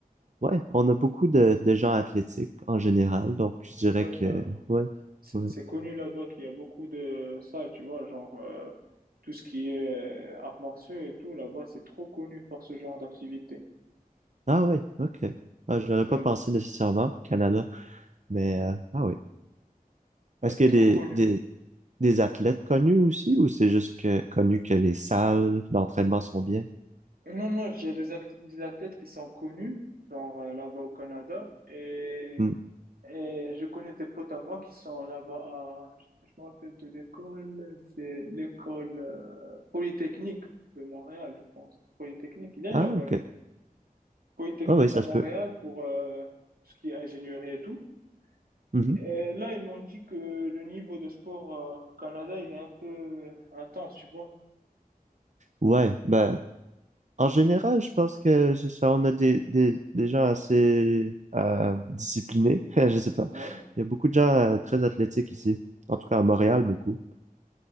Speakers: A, on the right; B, on the right.
A: ouais, on a beaucoup de, de gens athlétiques en général, donc je dirais
B: Ouais,
A: que,
B: ben,
A: ouais,
B: C'est
A: ouais.
B: c'est connu là-bas qu'il y a beaucoup de salles, tu vois, genre euh, tout ce qui est arts martiaux et tout, là-bas, c'est trop connu pour ce genre d'activité.
A: Ah ouais, ok. Ah, j'aurais
B: Ouais,
A: pas pensé nécessairement au Canada, mais euh, ah oui.
B: ouais,
A: Est-ce
B: c'est
A: qu'il
B: trop
A: y a des,
B: connu.
A: des, des athlètes connus aussi, ou c'est juste que connu que les salles d'entraînement sont bien?
B: Non, non, il y a des, ath- des athlètes qui sont connus, genre euh, là-bas au Canada, et,
A: Hmm.
B: et je connais des potes à moi qui sont là-bas à, je me rappelle de l'école, c'est l'école euh, Polytechnique de Montréal, je pense. Polytechnique, il y a
A: Ah,
B: une école.
A: ok.
B: Polytechnique
A: Ah oui, ça
B: à Montréal
A: se peut.
B: pour euh, tout ce qui est ingénierie et tout.
A: Mhm.
B: Et là, ils m'ont dit que le niveau de sport euh, Canada, il est un peu intense, tu vois.
A: Ouais, ben, en général, je pense que c'est ça. On a des, des, des gens assez euh, disciplinés. <laughs> Je sais pas.
B: Ouais.
A: Il y a beaucoup de gens euh, très athlétiques ici. En tout cas, à Montréal, beaucoup.